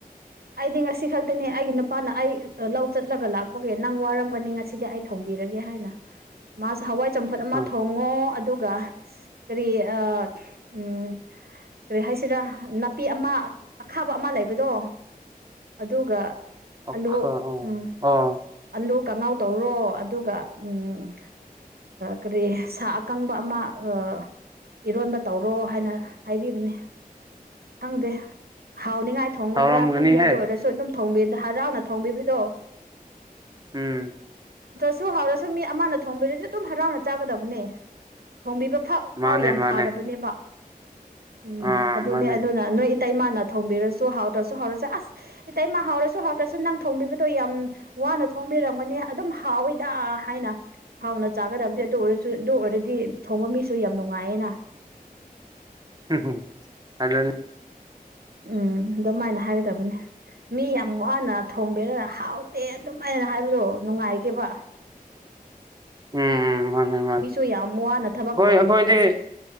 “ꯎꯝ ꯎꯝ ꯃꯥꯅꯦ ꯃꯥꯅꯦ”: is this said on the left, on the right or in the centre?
Right